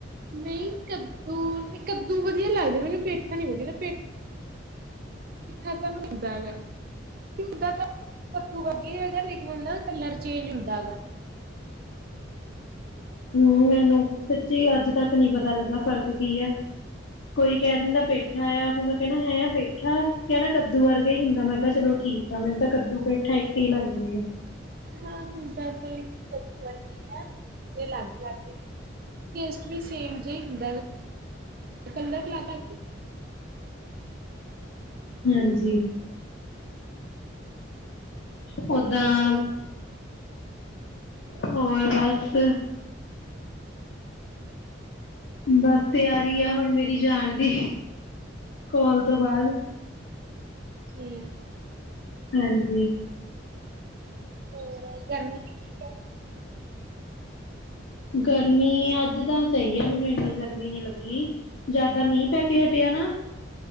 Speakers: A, on the right; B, on the left.
A: ਨਹੀਂ ਕੱਦੂ, ਨੀ ਕੱਦੂ ਵਧੀਆ ਲੱਗਦਾ ਮੈਨੂੰ, ਪੇਠਾ ਨੀ ਵਧੀਆ, ਪੇਠ ਪੇਠਾ <unintelligible> ਹੁੰਦਾ ਤਾਂ ਕੱਦੂ ਵਰਗਾ ਹੈਗੇ, ਲੇਕਿਨ ਓ ਨਾ ਕਲਰ ਚੇਂਜ ਹੁੰਦਾ ਹੈਗਾ।
B: ਹੂੰ, ਮੈਨੂੰ ਸੱਚੀ ਅੱਜ ਤੱਕ ਨੀ ਪਤਾ ਲੱਗਾ ਫ਼ਰਕ ਕੀ ਆ। ਕੋਈ ਕੈਅ ਦੇਂਦਾ ਪੈਠਾ ਆ, ਫਿਰ ਮੈਂ ਕੈਨਾ ਹੈਂ ਪੇਠਾ ਆ। ਕੋਈ ਕੈ ਨਾ ਕੱਦੂ ਵਰਗਾ ਹੀ ਹੁੰਦਾ, ਮੈਂ ਕੇਆ ਚਲੋ ਠੀਕ ਆ, ਮੈਨੂੰ ਤਾਂ ਕੱਦੂ, ਪੇੱਠਾ ਇਕ ਈ ਲੱਗਦੇ ਆ।
A: ਹਾਂ ਹੁੰਦਾ ਤਾਂ ਇਕ ਲੇਕਿਨ ਕੱਦੂ ਵਰ ਇਕ ਈ ਆ, ਕੋਈ ਅਲੱਗ-ਅਲੱਗ ਨੀ, ਟੇਸਟ ਵੀ ਸੇਮ ਜੇਆ ਹੁੰਦਾ ਹੈਗਾ। ਕੰਦਕ ਲਾਕਾ।
B: ਹਾਂਜੀ। ਓਦਾਂ
A: ਹੋਰ ਦੱਸੋ
B: ਹੋਰ, ਬਸ। ਬਸ ਤਿਆਰੀ ਆ ਹੁਣ ਮੇਰੀ ਜਾਨ ਦੀ, ਕੋਲ ਤੋ ਬਾਦ।
A: ਠੀ
B: ਹਾਂਜੀ।
A: ਹੋਰ, ਗਰਮੀ ਕਿੰਨੀ ਹੈ।
B: ਗਰਮੀ ਅੱਜ ਤਾਂ ਸਹੀ ਆ, ਮੈਨੂੰ ਏਨੀ ਗਰਮੀ ਨੀ ਲੱਗੀ ਜਦ ਦਾ ਮੀਂਹ
A: ਹੈ?
B: ਪੈ ਕੇ ਹਟਿਆ ਨਾ,